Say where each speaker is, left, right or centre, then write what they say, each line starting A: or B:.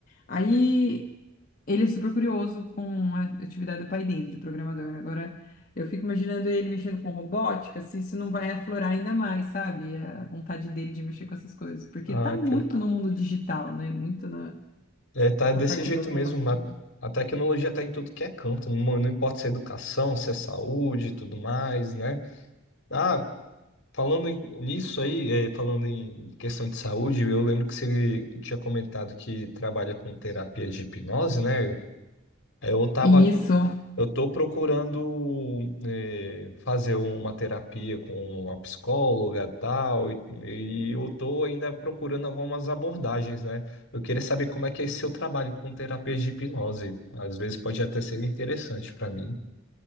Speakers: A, on the left; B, on the left.
A: Aí ele é super curioso com a atividade do pai dele, de programador. Agora eu fico imaginando ele mexendo com robótica, se isso não vai aflorar ainda mais, sabe? A vontade dele de mexer com essas coisas, porque
B: Ah,
A: tá muito
B: que
A: no mundo digital, né? Muito na,
B: É, tá desse
A: na parte
B: jeito
A: da automação.
B: mesmo. A, a tecnologia tá em tudo que é canto, não, não importa se é educação, se é saúde e tudo mais, né? Ah, falando em- nisso aí, é, falando em questão de saúde, eu lembro que você tinha comentado que trabalha com terapia de hipnose, né? É, Eu tava
A: Isso.
B: eu estou procurando eh, fazer uma terapia com uma psicóloga tal, e, e eu estou ainda procurando algumas abordagens, né? Eu queria saber como é que é esse seu trabalho com terapias de hipnose. Às vezes pode até ser interessante para mim.